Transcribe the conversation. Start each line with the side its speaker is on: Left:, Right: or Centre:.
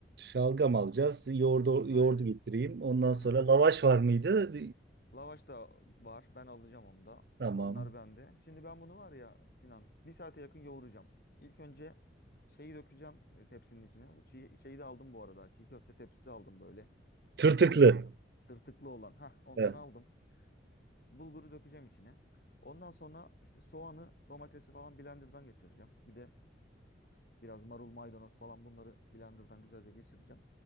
Right: Şalgam alacağız. Yoğurdu,
Left: Aynen.
Right: yoğurdu getireyim. Ondan
Left: Aha.
Right: sonra lavaş var mıydı?
Left: Lavaş da var. Ben alacağım onu da.
Right: Tamam.
Left: Yani onlar bende. Şimdi ben bunu var ya Sinan bir saate yakın yoğuracağım. İlk önce şeyi dökeceğim e, tepsinin içine. Bu Çiğ, şeyi de aldım bu arada. Çiğ köfte tepsisi aldım böyle.
Right: Tırtıklı.
Left: O şey var ya tırtıklı olan. Hah ondan
Right: Evet.
Left: aldım. Bulguru dökeceğim içine. Ondan sonra işte soğanı, domatesi falan blenderdan geçireceğim. Bir de biraz marul, maydanoz falan bunları blenderdan güzelce geçireceğim.